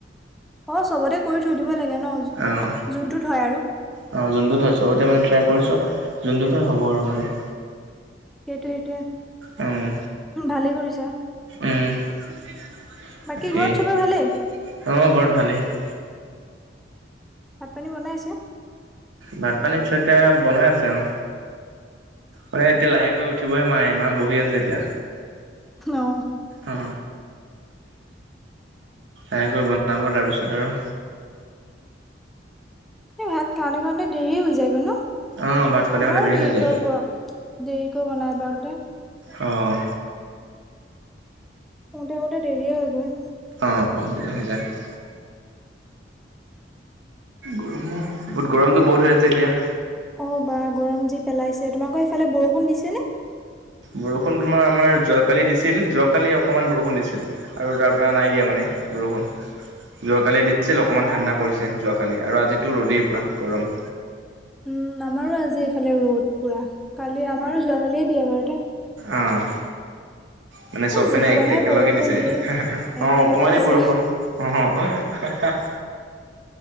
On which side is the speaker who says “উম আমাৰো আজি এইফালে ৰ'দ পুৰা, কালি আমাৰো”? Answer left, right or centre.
Centre